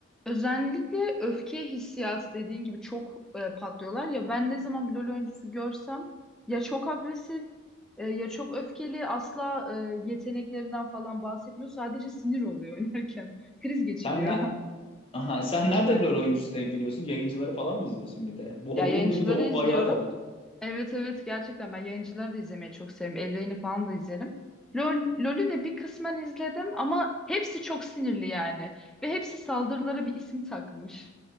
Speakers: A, in the centre; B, on the left.
A: Özellikle öfke hissiyatı dediğin gibi çok e, patlıyorlar ya ben ne zaman bir LoL oyuncusu görsem ya çok agresif e, ya çok öfkeli asla e, yeteneklerinden falan bahsetmiyor sadece sinir oluyor oynarken <laughs> kriz geçiriyor.
B: Sen ne-
A: <laughs>
B: Aha sen nerede LoL oyuncusu denk geliyorsun? Yayıncıları falan mı izliyorsun bir de? Bu
A: Ya
B: hobinin
A: yayıncıları
B: de bir de o
A: izliyorum.
B: ayağı da var.
A: Evet evet gerçekten ben yayıncıları da izlemeyi çok severim. El Rey'ni falan da izlerim. LOL, LOL'ü de bir kısmen izledim ama hepsi çok sinirli yani. Ve hepsi saldırılara bir isim takmış.